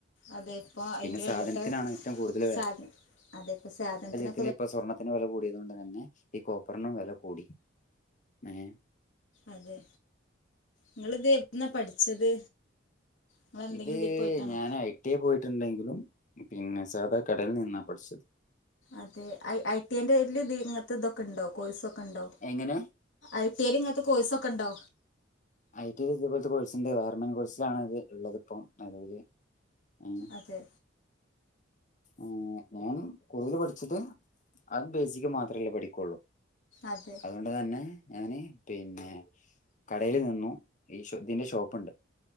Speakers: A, on the left; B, on the left.
A: അതേ ഇപ്പോ
B: പിന്നെ
A: ഐന്റെ
B: സാധനത്തിനാണ്
A: ഉള്ള്ത്തെ
B: ഏറ്റവും കൂടുതൽ
A: സാധൻ അതേപ്പോ സാധനത്തിനൊ
B: ഇതില് ഇപ്പൊ സ്വർണ്ണത്തിന് വെല കൂടിയത് കൊണ്ട് തന്നെ ഈ കോപ്പറിനും വെല കൂടി ഏഹ്
A: അതെ ഇങ്ങള്ത് എവ്ട്ന്നാ പഠിച്ചത് നിങ്ങളെന്തെങ്കിലും
B: ഇത്
A: ഇതിൽ പോയിട്ടാണോ
B: ഞാന് ഐ ടി എ പോയിട്ട്ണ്ടെങ്കിലും പിന്നെ സാധാ കടയിൽ നിന്നാ പഠിച്ചത്
A: അതെ ഐ ഐ ടി ഏൻ്റേതില് ഇ ഇങ്ങൻത്തെ ഇതൊക്കെ ഇണ്ടോ കോഴ്സൊക്കെ ഇണ്ടോ?
B: എങ്ങനെ?
A: ഐ ടി ഏയില് ഇങ്ങൻത്തെ കോഴ്സൊക്കെ ഇണ്ടോ?
B: ഐ ടി ഏല് ഇതേപോലത്തെ കോഴ്സ്ണ്ട് വേർമെൻ കോഴ്സിലാണ് അത് ഇള്ളത്പ്പോ നെലവില് ഏഹ്
A: അതെ
B: ഏഹ് ഞാൻ കൂടുതല് പഠിച്ചത് അത് ബേസിക്ക് മാത്രല്ലേ പഠിക്കൊള്ളൂ
A: അതെ
B: <unintelligible> തന്നെ ഞാന് പിന്നെ കടേല് നി ന്നു ഈ ഇതിന്റെ ഷോപ്പുണ്ട്